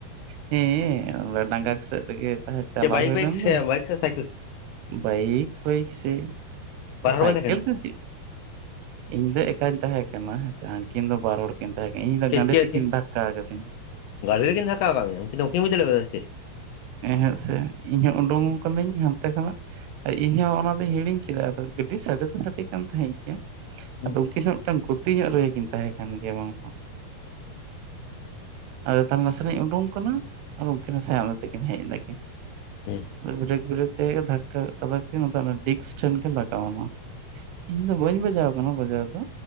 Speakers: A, on the right; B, on the left.
A: ᱦᱮᱸ ᱚᱸᱰᱮ ᱰᱟᱸᱜᱟ ᱥᱮᱫ ᱨᱮᱜᱮ ᱛᱟᱦᱮᱸ ᱪᱟᱞᱟᱣ
B: ᱪᱮ ᱵᱟᱭᱤᱠ
A: ᱦᱩᱭᱞᱮᱱ
B: ᱵᱟᱭᱤᱠ ᱥᱮ
A: ᱫᱚ
B: ᱵᱟᱭᱤᱠ ᱥᱮ ᱥᱟᱭᱠᱮᱞ ᱥᱟᱶ
A: ᱵᱟᱭᱤᱠ ᱦᱳᱭ ᱥᱮ
B: ᱵᱟᱨ ᱦᱚᱲ
A: ᱥᱟᱭᱠᱮᱞ
B: ᱵᱤᱱ ᱛᱟᱦᱮᱸ ᱠᱟᱱᱟ᱾
A: ᱫᱚ ᱤᱧ ᱫᱚ ᱮᱠᱟᱧ ᱛᱟᱦᱮᱸ ᱠᱟᱱᱟ ᱦᱮᱸᱥᱮ ᱦᱟᱱᱠᱤᱱ ᱫᱚ ᱵᱟᱨ ᱦᱚᱲ᱾ ᱠᱤᱱ ᱛᱟᱦᱮᱸ ᱠᱟᱱᱟ ᱤᱧ ᱫᱚ
B: ᱪᱮᱫ
A: ᱜᱟᱸᱰᱮ
B: ᱪᱮᱫ
A: ᱛᱮᱠᱤᱱ
B: ᱪᱮᱫ
A: ᱫᱷᱟᱠᱟ ᱠᱟᱹᱫᱤᱧᱟ᱾
B: ᱜᱟᱹᱰᱤ ᱨᱮᱠᱤᱱ ᱫᱷᱟᱠᱟᱣ ᱠᱟᱜ ᱢᱮᱭᱟ ᱩᱱᱠᱤᱱ ᱫᱚ ᱵᱟᱹᱠᱤᱱ ᱵᱩᱡᱽ ᱫᱟᱲᱮ ᱠᱟᱫᱟ ᱥᱮ ᱪᱮᱫ
A: ᱮᱦᱮ ᱥᱮ ᱤᱧ ᱦᱚᱸ ᱩᱰᱩᱝ ᱠᱟᱹᱱᱟᱹᱧ ᱦᱟᱱᱛᱮ ᱠᱷᱚᱱᱟᱜ ᱤᱧ ᱦᱚᱸ ᱚᱱᱟ ᱫᱚᱧ ᱦᱤᱲᱤᱧ ᱠᱮᱫᱟ ᱟᱫᱚ ᱜᱟᱹᱰᱤ ᱥᱟᱰᱮ ᱫᱚ ᱥᱟᱰᱮ ᱠᱟᱱ ᱛᱟᱦᱮᱸ ᱜᱮᱭᱟ᱾
B: ᱦᱩᱸ
A: ᱟᱫᱚ ᱩᱱᱠᱤᱱ ᱦᱚᱸ ᱢᱤᱫᱴᱟᱝ ᱜᱚᱛᱤ ᱧᱚᱜ ᱨᱮᱜᱮ ᱠᱤᱱ ᱛᱟᱦᱮᱸ ᱠᱟᱱ ᱜᱮᱭᱟ, ᱵᱟᱝ ᱫᱚ ᱵᱟᱝ᱾
B: <inaudible>
A: ᱟᱫᱚ ᱛᱟᱦᱚᱞᱮ ᱱᱟᱥᱮᱱᱟᱜ ᱤᱧ ᱩᱰᱩᱠ ᱠᱟᱱᱟ, ᱟᱨ ᱩᱱᱠᱤᱱ ᱦᱚ ᱥᱟᱭ ᱢᱮᱱᱛᱮ ᱠᱤᱱ ᱦᱮᱡ ᱱᱟᱠᱤᱱ᱾
B: ᱦᱩᱸ
A: ᱵᱨᱮᱠ ᱵᱨᱮᱠ ᱛᱮᱜᱮ ᱫᱷᱟᱠᱟ ᱠᱮᱫ-ᱟ ᱠᱤᱱ ᱚᱱᱟ ᱰᱤᱠᱥ ᱴᱷᱮᱱ ᱜᱮ ᱞᱟᱜᱟᱣᱱᱟ᱾ ᱤᱧ ᱫᱚ ᱵᱟᱹᱧ ᱵᱟᱡᱟᱣ ᱠᱟᱱᱟ ᱵᱟᱡᱟᱣ ᱫᱚ᱾